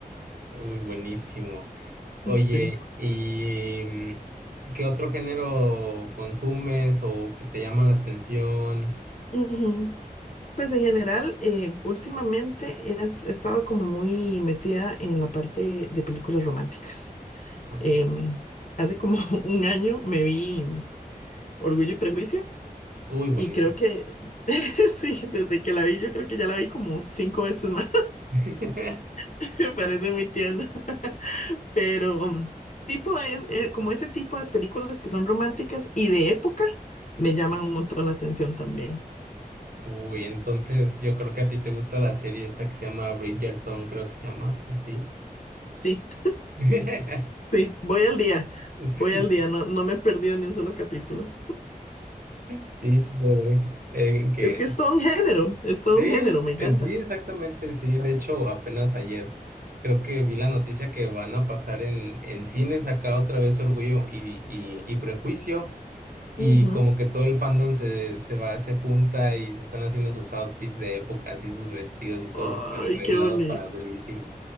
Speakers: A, on the right; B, on the left.
A: Uy, buenísimo. Oye,
B: sí.
A: ¿y mm, qué otro género consumes o que te llama la atención?
B: Ujú. Pues en general, eh, últimamente he, es- he estado como muy metida en la parte de películas románticas.
A: Ok,
B: Em, hace como <laughs> un año me vi Orgullo y Prejuicio
A: uy, buenísimo.
B: y creo que, <laughs> sí, desde que la vi, yo creo que ya la vi como cinco veces más,
A: <laughs>
B: <laughs> me parece muy tierna. Pero mm, tipo es, eh, como ese tipo de películas que son románticas y de época me llaman un montón la atención también.
A: Uy, entonces yo creo que a ti te gusta la serie esta que se llama Bridgerton, creo que se llama así.
B: Sí,
A: <laughs>
B: sí, voy al día,
A: Sí,
B: voy al día, no, no me he perdido ni un solo capítulo.
A: sí, sí, se ve, En que,
B: Es que es todo un género, es todo
A: sí,
B: un género, me encanta.
A: eh, sí, exactamente, sí. De hecho, apenas ayer creo que vi la noticia que van a pasar en, en cines acá otra vez Orgullo y, y, y Prejuicio.
B: Ujú.
A: Y como que todo el fandom se, se va, se junta y se están haciendo sus outfits de época, así sus vestidos y todo
B: Ay,
A: súper arreglado
B: qué bonito.
A: para durísimo.